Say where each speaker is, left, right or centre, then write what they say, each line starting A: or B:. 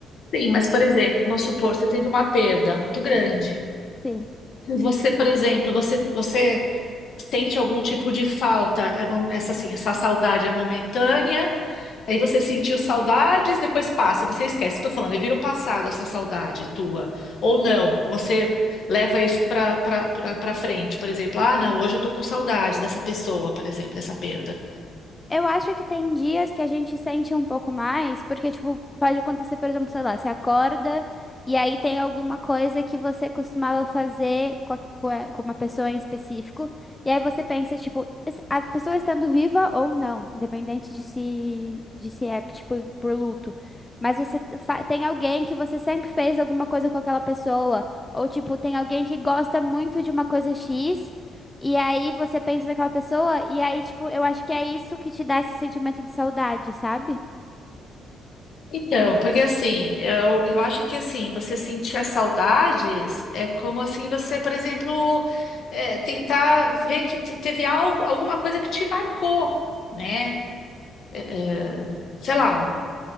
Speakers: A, on the left; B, on the left.
A: Sim, mas por exemplo, vamos supor, você teve uma perda muito grande.
B: Sim.
A: Você, por exemplo, você, você sente algum tipo de falta, é mo- essa assim, essa saudade é momentânea, aí você sentiu saudades, depois passa, você esquece, estou falando, aí vira o passado essa saudade tua. Ou não, você leva isso para para frente, por exemplo, ah, não, hoje eu estou com saudade dessa pessoa, por exemplo, dessa perda.
B: Eu acho que tem dias que a gente sente um pouco mais, porque, tipo, pode acontecer, por exemplo, sei lá, você acorda e aí tem alguma coisa que você costumava fazer com, a- com a- com uma pessoa em específico, e aí você pensa, tipo, es- a pessoa estando viva ou não, independente de se, de se é, tipo, por luto. Mas você t- fa- tem alguém que você sempre fez alguma coisa com aquela pessoa, ou, tipo, tem alguém que gosta muito de uma coisa X. E aí você pensa naquela pessoa, e aí, tipo, eu acho que é isso que te dá esse sentimento de saudade, sabe?
A: Então, porque assim, eu, eu acho que assim, você sentir as saudades é como assim você, por exemplo, é, tentar ver que te- teve algo, alguma coisa que te marcou, né? É, é, sei lá,